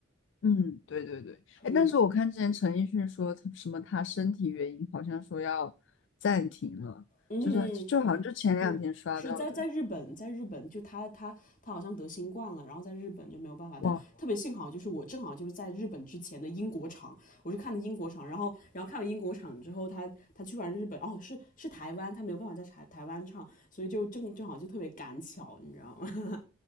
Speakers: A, on the left; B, on the left.
A: 嗯，对对对，哎，
B: 嗯
A: 但是我看之前陈奕迅说他什么他身体原因，好像说要暂停了，
B: 嗯，
A: 就是就好像就前两天刷到的。
B: 是是在在日本，在日本就他他他好像得新冠了，然后在日本就没有办法。
A: 哇。
B: 但特别幸好就是我正好就是在日本之前的英国场，我是看的英国场，然后然后看完英国场之后，他他去完日本，哦是是台湾，他没有办法在台台湾唱，所以就正正好就特别赶巧，你知道吗？<laughs>